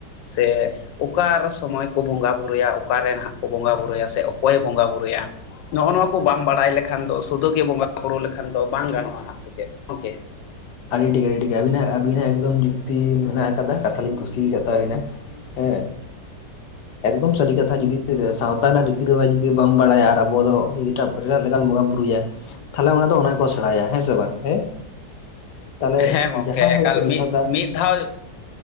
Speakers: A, on the left (about 85°); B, on the left (about 75°).
A: ᱥᱮ ᱚᱠᱟ ᱟᱨ ᱥᱚᱢᱚᱭ ᱠᱚ ᱵᱚᱸᱜᱟ ᱵᱩᱨᱩᱭᱟ ᱚᱠᱟᱨᱮᱱ ᱦᱟᱸᱜ ᱠᱚ ᱵᱚᱸᱜᱟ ᱵᱩᱨᱩᱭᱟ ᱥᱮ ᱚᱠᱚᱭᱮ ᱵᱚᱸᱜᱟ ᱵᱩᱨᱩᱭᱟ ᱱᱚᱜᱚ ᱱᱚᱣᱟ ᱠᱚ ᱵᱟᱢ ᱵᱟᱰᱟᱭ ᱞᱮᱠᱷᱟᱱ ᱫᱚ ᱥᱩᱫᱩ ᱜᱮ ᱵᱚᱸᱜᱟ ᱵᱩᱨᱩ ᱞᱮᱠᱷᱟᱱ ᱛᱚ ᱵᱟᱝ ᱜᱟᱱᱚᱜ-ᱟ ᱦᱟᱸᱜ ᱥᱮ ᱪᱮᱫ ᱜᱚᱝᱠᱮ
B: ᱟᱹᱰᱤ ᱴᱷᱤᱠ ᱟᱹᱰᱤ ᱴᱷᱤᱠ ᱟᱹᱵᱤᱱᱟᱜ ᱟᱹᱵᱤᱱᱟᱜ ᱮᱠᱫᱚᱢ ᱡᱩᱠᱛᱤ ᱢᱮᱱᱟᱜ ᱟᱠᱟᱫᱟ ᱠᱟᱛᱷᱟ ᱞᱤᱧ ᱠᱩᱥᱤ ᱠᱟᱜ ᱛᱟᱵᱤᱱᱟ᱾ ᱦᱮᱸ ᱮᱠᱫᱚᱢ ᱥᱟᱹᱨᱤ ᱠᱟᱛᱷᱟ ᱡᱩᱫᱤ ᱥᱟᱶᱛᱟ ᱨᱮᱱᱟᱜ ᱨᱤᱛᱤ ᱨᱮᱣᱟᱡᱽ ᱡᱩᱫᱤ ᱵᱟᱢ ᱵᱟᱰᱟᱭᱟ ᱟᱨ ᱟᱵᱚ ᱫᱚ ᱞᱮᱠᱟᱱ ᱵᱚᱸᱜᱟ ᱵᱩᱨᱩᱭᱟ ᱛᱷᱟᱞᱮ ᱚᱱᱟ ᱫᱚ ᱚᱱᱟ ᱜᱮ ᱠᱚ ᱥᱮᱬᱟᱭᱟ ᱦᱮᱸ ᱥᱮ ᱵᱟᱝ ᱦᱮᱸ ᱛᱟᱦᱚᱞᱮ
A: ᱦᱮᱸ ᱜᱚᱝᱠᱮ
B: ᱡᱟᱦᱟᱸ ᱦᱚᱭᱛᱳ
A: ᱮᱠᱟᱞ
B: ᱡᱚᱛᱷᱟᱛᱟ
A: ᱢᱤᱫ ᱢᱤᱫ ᱫᱷᱟᱣ